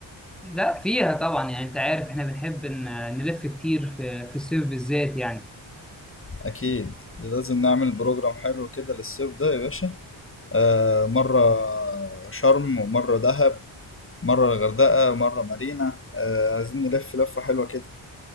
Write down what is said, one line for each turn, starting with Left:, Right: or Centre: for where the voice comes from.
Centre: لا فيها طبعا يعني انت عارف احنا بنحب ن- نلف كتير في في الصيف بالذات يعني
Left: اكيد لازم نعمل بروجرام حلو كده للصيف ده يا باشا آه مره شرم ومره دهب مره الغردقه مره مارينا آه عايزين نلف لفه حلوه كده